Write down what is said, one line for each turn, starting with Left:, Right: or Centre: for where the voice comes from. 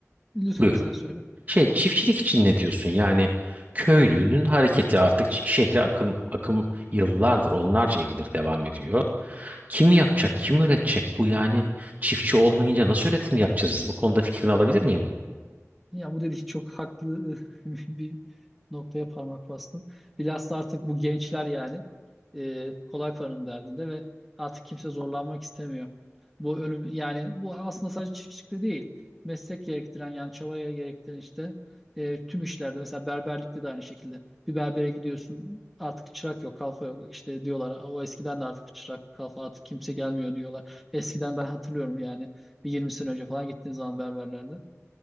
Centre: lütfen
Right: buyur.
Centre: sen söyle.
Right: Şey çiftçilik için ne diyorsun? Yani köylünün hareketi artık ş- şehre akım, akım yıllardır, onlarca yıldır devam ediyor. Kim yapacak, kim üretecek bu yani? Çiftçi olmayınca nasıl üretim yapacağız biz? Bu konuda fikrini alabilir miyim?
Centre: Ya bu dediğin çok haklı <laughs> bir noktaya parmak bastın. Bilhassa artık bu gençler yani e, kolay paranın derdinde ve artık kimse zorlanmak istemiyor. Bu ölüm yani bu aslında sadece çiftçilikte değil. Meslek gerektiren yani çabaya gerektiren işte e, tüm işlerde mesela berberlikte de aynı şekilde. Bir berbere gidiyorsun artık çırak yok kalfa yok işte diyorlar. O eskiden de artık çırak kalfa artık kimse gelmiyor diyorlar. Eskiden ben hatırlıyorum yani bir 20 sene önce falan gittiğin zaman berberlerde.